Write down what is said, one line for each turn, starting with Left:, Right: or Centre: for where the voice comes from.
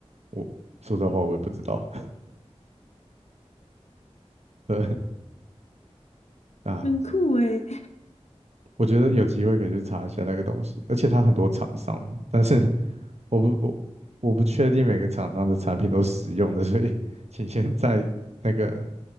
Right: 我说实话我也不知道，<laughs> 对。啊，
Left: 很酷哎！
Right: 我觉得有机会可以去查一下那个东西，而且它很多厂商，但是我不我我不确定每个厂商的产品都使用的，所以 <laughs> 请先在那个，